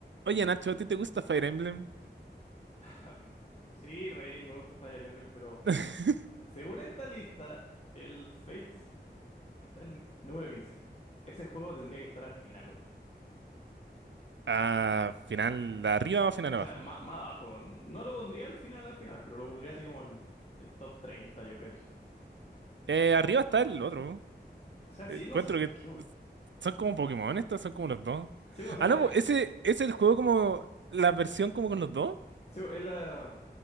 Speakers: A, on the right; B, on the left.
A: Oye, Nacho, ¿a ti te gusta Fire Emblem?
B: <laughs> Sí, Rain, me gusta Fire Emblem, pero
A: <laughs>
B: según esta lista, el Fates está en número 15. Ese juego tendría que estar al final, weón.
A: Ah, final arriba o final
B: O
A: abajo.
B: sea, má- más, abajo. No lo pondría al final, al final, pero lo pondría así como en el top 30, yo cacho.
A: Eh, arriba está el otro. ¿no?
B: O sea,
A: Eh,
B: sí,
A: Encuentro
B: no sé por
A: que
B: qué, weón.
A: son como Pokémon estos, son como los dos.
B: Sí, o sea,
A: Ah, no,
B: este
A: pues, ese es el juego como la versión como con los dos.
B: sí, es la,